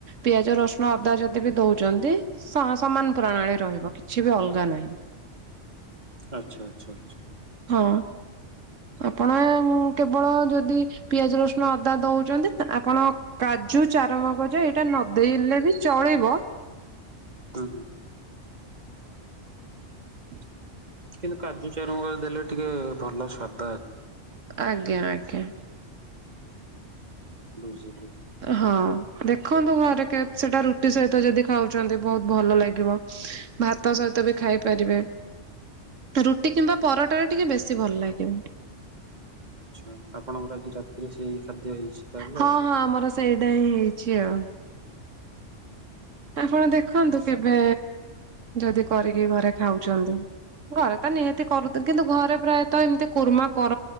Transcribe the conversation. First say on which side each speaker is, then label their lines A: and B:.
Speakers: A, on the right; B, on the right.
A: ପି ପ୍ରଶ୍ନ ଅଦା ଯଦି ବି ଦଉଛନ୍ତି ସମାନ ପ୍ରଣାଳୀ ରହିବ କିଛି ବି ଅଲଗା ନାହିଁ
B: ଆଚଛା ଆଚଛାା
A: ହଁ ଆପଣ କେବଳ ଯଦି ପିଆଜ ରସୁଣ ଅଦା ଦଉଛନ୍ତି ଆପଣ କାଜୁ ଚାରମଗଜ ଏଇଟା ନଦେଇଲେ ବି ଚଳେଇିବ
B: ତ
A: ହ
B: କିନ୍ତୁ କାଜୁ ଚରମ କରି ଦେଲେ ଟିକେ ଭଲ ସଵାଦ
A: ଆଜ୍ଞା ଆଜ୍ଞା
B: ବୁଝିଲି
A: ହଁ ଦେଖନ୍ତୁ ଘରେ କେ ସେଟା ରୁଟି ସହିତ ଯଦି ଖାଉଛନ୍ତି ବହୁତ ଭଲ ଲାଗିବ ଭାତ ସହିତ ତ ବି ଖାଇପାରିବେ
B: ହ
A: ରୁଟି କିମ୍ବା ପରଟାାରେ ଟିକେ ବେଶୀ ଭଲ ଲାଗିବ
B: ଆଛା ଆପଣଙ୍କର ଆଜି ରାତିରେ ସେଇ ଖାଦ୍ୟ ହେଇଛି ତାହେଲେ
A: ହଁ
B: ଆଉ
A: ହଁ ଆମର ସେଇଟା ହିଁ ହେଇଛି ଆଉ ଆପଣ ଦେଖନ୍ତୁ କେବେ ଯଦି କରିକି ଘରେ ଖାଉଛନ୍ତି ଘରେ ତ ନିହାତି କରୁଦୁ କିନ୍ତୁ ଘରେ ପ୍ରାୟତଃ ଏମିତି କୁର୍ମା କ